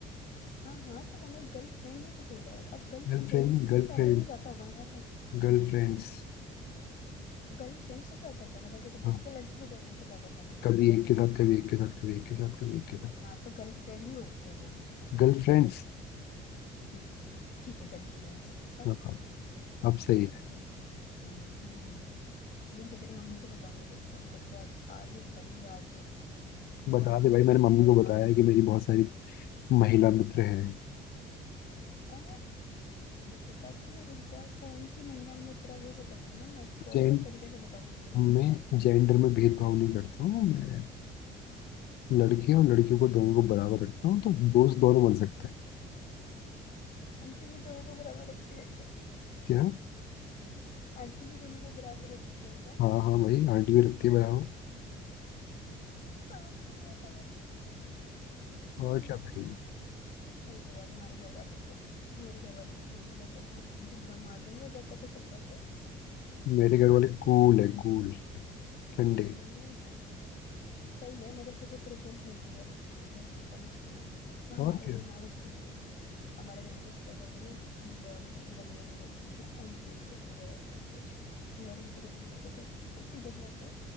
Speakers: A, on the left (about 55°); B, on the left (about 70°).
A: हाँ हाँ तो मैंने गर्लफ्रेंड ही तो बोला है अब गर्लफ्रेंड्स
B: गर्लफ्रेंड नहीं Girlfriend
A: के साथ तो नहीं जाता होगा ना तो
B: girlfriends
A: गर्लफ्रेंड्स के साथ जाता है मतलब कि
B: हाँ
A: दस का लड़की को जा, लेके जाता है साथ में
B: कभी
A: अपने
B: एक के साथ कभी एक के साथ कभी एक के साथ कभी एक के साथ
A: हाँ तो गर्लफ्रेंड ही होती है वो भी
B: गर्लफ्रेंड्स
A: हद्दों की फिर ठीक है गर्लफ्रेंड्स बस
B: हाँ हाँ, अब सही
A: हाँ
B: है
A: ठीक है हम्म, ये रुक जा तेरी मम्मी को बताऊंगी देख फोन करके आज आज ही बताऊंगी आज ही कहूंगी
B: बता
A: आंटी
B: दे
A: देखो
B: भाई
A: ये
B: मैंने
A: बिगड़
B: मम्मी
A: रहा है
B: को
A: तुम्हारा
B: बताया है कि मेरी बहुत सारी महिला मित्र हैं
A: आ, बताती हूँ रुक जा कौन सी महीना में उतरा वो बताऊंगी ना मैं प्रॉपर
B: जेंट
A: तरीके से बताऊंगी
B: मैं जेंडर में भेदभाव नहीं करता हूँ मैं लड़के और लड़कियों को दोनों को बराबर रखता हूँ तो दोस्त दोनों बन सकते हैं
A: आंटी भी दोनों को बराबर रखती है क्या
B: क्या
A: आंटी भी दोनों को बराबर रखती है क्या
B: हाँ हाँ भाई आंटी भी रखती है बराबर
A: समझ गई मैं समझ गई हम्म,
B: और क्या भाई
A: सही है यार तुम्हारे घर का फिर तो मेरे घर वालों को तो बिल्कुल ऐसा नहीं है जिंदा मार देंगे अगर पता चल गया तो
B: मेरे घर वाले कूल है कूल ठंडे
A: हम्म भाई सही है मतलब देखो प्रेफरेंस मिलती है घर में समझ गई मैं हमारे
B: और क्या
A: तो यहाँ कुछ भी नहीं है ऐसा हमारे घर में तो सीधा बोल देंगे भैया भाई मतलब मेरे जो बड़े भैया हैं उनके लिए जो है सब कुछ मेरे लिए तो कुछ भी नहीं बेटे <laughs> सीधा बोलते हैं